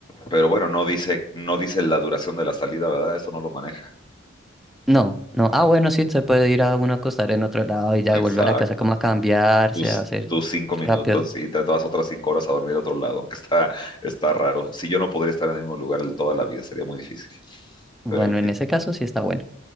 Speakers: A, on the left (about 20°); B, in the centre.
A: pero bueno, no dice, no dice la duración de la salida, ¿verdad? Eso no lo maneja.
B: No, no, ah,
A: No,
B: bueno, sí, se puede ir a uno a acostar en otro lado y ya
A: exacto.
B: vuelve a la casa como a cambiarse,
A: tus,
B: a hacer
A: tus cinco minutos
B: rápido.
A: y te vas otras cinco horas a dormir a otro lado, aunque está, está raro. Si yo no podría estar en el mismo lugar toda la vida, sería muy difícil.
B: Bueno,
A: Pero en fin,
B: en ese caso sí está bueno.